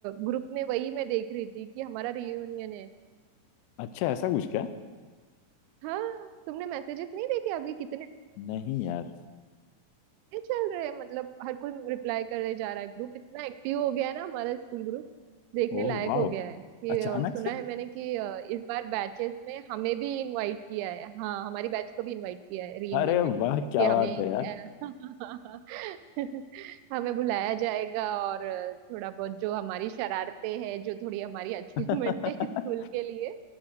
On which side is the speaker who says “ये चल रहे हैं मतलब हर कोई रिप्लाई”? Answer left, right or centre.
Right